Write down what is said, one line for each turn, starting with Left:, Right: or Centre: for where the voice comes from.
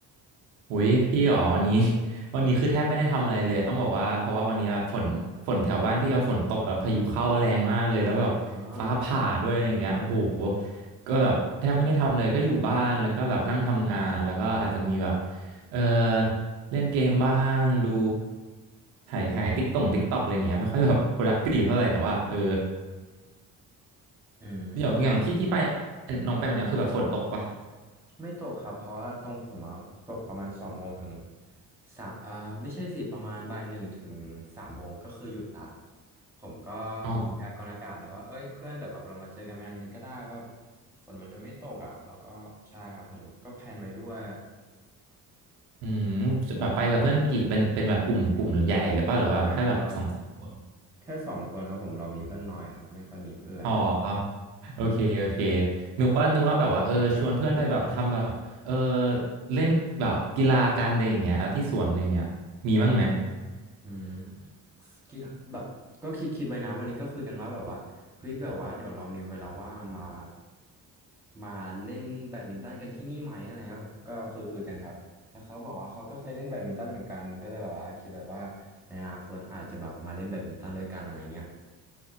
Right: อุ้ยพี่หรอวันนี้ <laughs> วันนี้คือแทบไม่ได้ทำอะไรเลยต้องบอกว่าเพราะว่าวันนี้แบบฝนฝนแถวบ้านพี่เอาฝนตกแบบพายุเข้าแรงมากเลยแล้วแบบฟ้าผ่าด้วยอะไรอย่างเงี้ยโอ้โห
Centre: อ๋อ
Right: ก็แบบแทบไม่ได้ทำเลยก็อยู่บ้านแล้วก็แบบนั่งทำงานแล้วก็อาจจะมีแบบเออเล่นเกมบ้างดูถ่ายถ่ายติ๊กต่งติ๊กตอกอะไรอย่างเงี้ยไม่ค่อยแบบ productive เท่าไหร่แต่ว่าเออ
Centre: อืม
Right: อย่างอย่างที่ที่ไปน้องไปวันเนี้ยคือแบบฝนตกปะ
Centre: ไม่ตกครับเพราะว่าตรงผมอะตกประมาณสองโมงถึงสามอ่าไม่ใช่สิประมาณบ่ายหนึ่งถึงสามโมงก็คือหยุดละผมก็ดูพยากรณ์อากาศแล้วว่าเอ้ยเพื่อนเดี๋ยวแบบเรามาเจอกันวันนี้ก็ได้ว่า
Right: อ๋อ
Centre: ฝนมันจะไม่ตกอ่ะแล้วก็ใช่ครับเหมือนก็แพลนไว้ด้วย
Right: อืมแบบไปกับเพื่อนกี่เป็นเป็นแบบกลุ่มกลุ่มใหญ่หรือเปล่าหรือว่าแบบแค่แบบสองสามคน
Centre: ใช่ครับแค่สองคนครับผมเรามีเพื่อนน้อยครับไม่ค่อยมีเพื่อน
Right: อ๋อโอเคโอเคนึกว่านึกว่าแบบว่าเออชวนเพื่อนไปแบบทำแบบเออเล่นแบบกีฬาการอะไรอย่างเงี้ยที่สวนอะไรอย่างเงี้ยมีบ้างไหม
Centre: อืมกีฬาแบบก็คิดคิดไว้นะวันนี้ก็คุยกันว่าแบบว่าเฮ้ยแบบว่าเดี๋ยวเรามีเวลาว่างมามาเล่นแบดมินตันกันที่นี่ไหมอะไรนะก็คุยคุยกันครับแล้วเขาบอกว่าเขาก็เคยเล่นแบดมินตันเหมือนกันก็เลยแบบว่าคิดไว้ว่าในอนาคตอาจจะแบบมาเล่นแบดมินตันด้วยกันอะไรเงี้ย